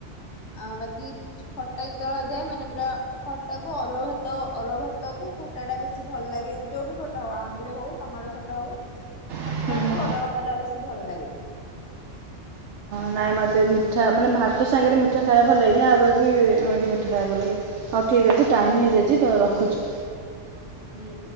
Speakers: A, on the left; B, on the right.
A: ଆଉ ବାକି ଖଟା ଯେତେବେଳେ ହେଇଥାଏ ମାନେ ପୁରା ଖଟାକୁ ଅରୁଆ ଭାତ ଅରୁଆ ଭାତକୁ ଖ ଖଟା ଟା ବେଶୀ ଭଲ ଲାଗେ। ଯୋଉ ବି ଖଟା ହଉ ଆମ୍ବିଳ ହଉ ଟମାଟୋ ଖଟା ହଉ ଖଟା
B: କର
A: କୁ ଅରୁଆ ଭାତ ଟା ବେଶୀ ଭଲ ଲାଗେ।
B: ନାଇ ମତେ ଏମିତି ମିଠା ମାନେ ଭାତ ସାଙ୍ଗରେ ମିଠା ଖାଇବା ଭଲ ଲାଗେନି। ଆଉ ବାକି ଏମିତି ମିଠା ଖାଇବା ଲାଗେ। ହଉ ଠିକ୍ ଅଛି ଟାଇମ ହେଇଯାଇଛି ତ ରଖୁଚି।
A: ହୁଁ।